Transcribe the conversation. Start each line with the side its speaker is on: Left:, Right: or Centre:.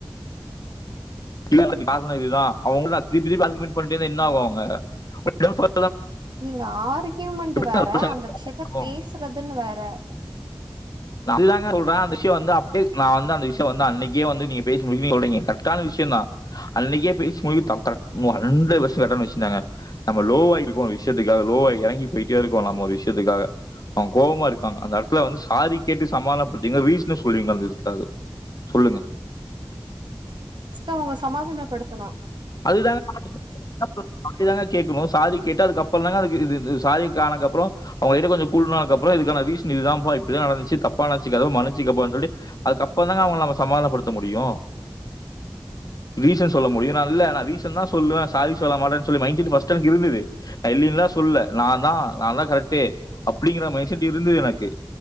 Left: இல்ல இதுக்கு கார்ணோ இதுதா அவுங்களா திருப்பி திருப்பி ஆர்கியூமன்டு பண்ணிட்டே இருந்தா என்ன ஆகு அ <unintelligible>
Right: நீங்க ஆர்கியூமண்ட் வேற
Left: நான் ரோஷன்
Right: அந்த விஷ்யத்த
Left: ஆகும்.
Right: பேசுறதுன்னு வேற
Left: நா இதாங்க சொல்ற அந்த விஷ்யோ வந்து அப்டியே நா வந்த விஷ்யோ வந்து நா அன்னைக்கே வந்து நீங்க பேசி முடிக்குவீங்கன் சொல்றீங்க கரெக்டான விஷ்யந்தா அன்னைக்கே பேஸ் முடிக்குறது தப் கரெக்ட் மு அண்ரெடு பர்சன்டேஜ் கரெக்டான விஷயந்தாங்க நம்ம லோவா இருக்கோ ஒரு விஷ்யத்துக்காக லோவா எறங்கி போயிட்டே இருக்கோ நம்ம ஒரு விஷ்யத்துக்காக அவங் கோவமா இருக்காங்க அந்த எடத்துல வந்து சாதி கேட்டு சமாதனப்படுத்தீங்க ரீசன சொல்றீங்க அந்த இதுக்காக சொல்லுங்க
Right: ஃபர்ஸ்ட்டு அவங்கள சமாதானப்படுத்தனு
Left: அதுதாங்க <inaudible> அதுதாங்க கேக்கணு சாரி கேட்டா அதுக்கப்பறந்தாங்க அதுக்கு இது இது சாரிக் கானக்கப்புறோ அவுங்க கிட்ட கொஞ்சோ கூல்டவுன் ஆனதுக்கப்புறோ இதுக்கான சீசன் இதுதாம்பா இப்புடிதா நடந்துச்சு தப்பா நெனச்சுக்காத மனுச்சுக்கோப்பான் சொல்லிட்டு அதுக்கப்புறந்தாங்க அவங்கள நாம சமாதானப்படுத்த முடியு ரீசன் சொல்ல முடியு நான் இல்ல ரீசன்தா சொல்லுவ சாரி சொல்ல மாட்டன் சொல்லி மயங்கிட்டு ஃபஸ்ட்டு எனக்கு இருந்துது இல்லீன்லா சொல்ல நாந்தா நாந்தா கரெக்டே அப்புடிங்குற மைண்செட்டே இருந்துது எனக்கு